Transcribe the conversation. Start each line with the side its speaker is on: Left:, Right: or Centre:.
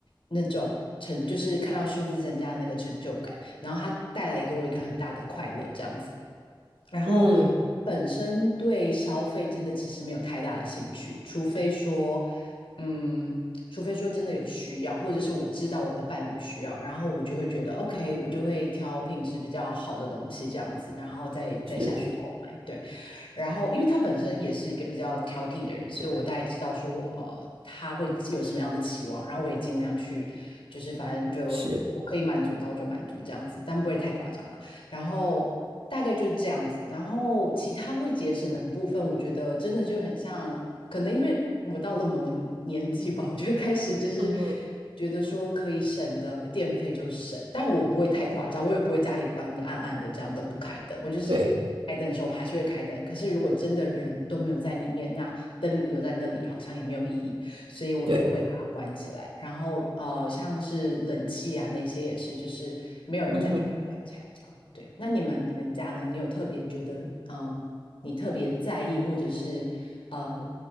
Left: 那种成就是看到数字增加的那个成就感，然后它带来给我一个很大的快乐，这样子。然后
Right: 嗯
Left: 本身对消费真的其实没有太大的兴趣，除非说，嗯，除非说真的有需要，或者是我知道我的伴侣需要，然后我就会觉得 OK，我就会挑品质比较好的东西这样子，然后再再下去购买。
Right: 是
Left: 对，然后因为他本身也是一个比较挑剔的人，所以我大概知道说，呃，他会有什么样的期望，然后我也尽量去，就是反正就我可以满足，
Right: 是
Left: 那我就满足这样子，但不会太夸张啦。然后大概就是这样子。然后其他会节省的部分，我觉得真的就很像，可能因为我到了某个年纪吧，我就会开始就是
Right: 嗯
Left: 觉得说可以省的电费就省，但我不会太夸张，我也不会家里关的暗暗的，这样都不开灯，我就是。
Right: 对
Left: 开灯的时候我还是会开灯，可是如果真的人都没有在里面，那灯留在那里好像也没有意义。所以我就会把它关起来。
Right: 对。
Left: 然后呃，像是冷气啊那些也是，就是没有人在就把它关起来这样。
Right: 嗯哼，
Left: 对，那你们你们家呢？你有特别觉得嗯，你特别在意或者是呃